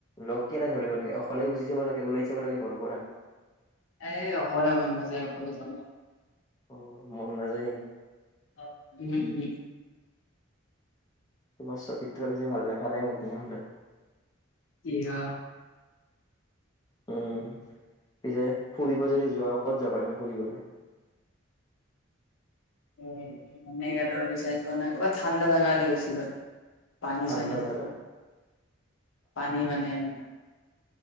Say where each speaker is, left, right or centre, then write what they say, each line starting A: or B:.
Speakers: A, on the left; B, on the left.
A: লগ কেলে ধৰিব লাগে অকলেই গুচি যাব লাগে, ওলাই যাব লাগে ঘৰৰ পৰা।
B: এ অকলে মন নযায় অকলে যাব।
A: উম মন নাযায় নেকি?
B: অ, ওহোঁ ওহোঁ।
A: তোমাৰ চৰিত্ৰ পিচে ভাল দেখা নাই মই তেনেহলে।
B: কিয়?
A: উম পিছে, ফুৰিব যদি যোৱা ক'ত যাবা এনে ফুৰিবলৈ?
B: উম, মেঘালয় ডিচাইড কৰা নাই। কৰবাত ঠাণ্ডা জাগা হ'লে বেছি ভাল। পানী
A: ঠাণ্ডা
B: চানী থাকে
A: জাগা
B: পানী মানে এনেকুৱা